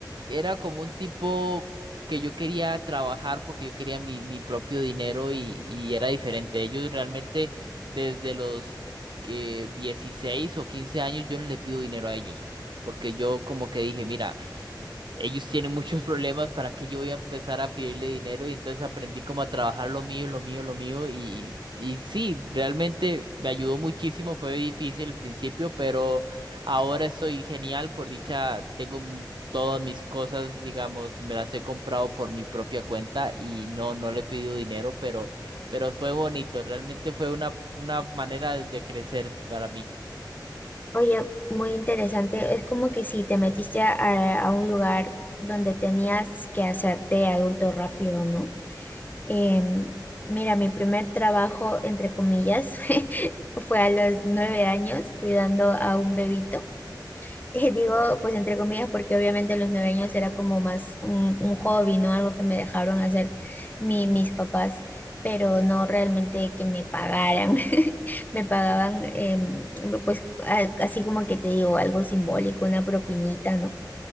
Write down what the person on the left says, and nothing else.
Oye, muy interesante. Es como que si te metiste a, a un lugar donde tenías que hacerte adulto rápido, ¿no? Em, mira, mi primer trabajo, entre comillas, <laughs> fue a los nueve años cuidando a un bebito. <laughs> Eh, digo, pues entre comillas, porque obviamente a los nueve años era como más un, un hobby, ¿no? Algo que me dejaron hacer mi- mis papás, pero no realmente que me pagaran. <laughs> Me pagaban, em, pues a- así como que te digo, algo simbólico, una propinita, ¿no?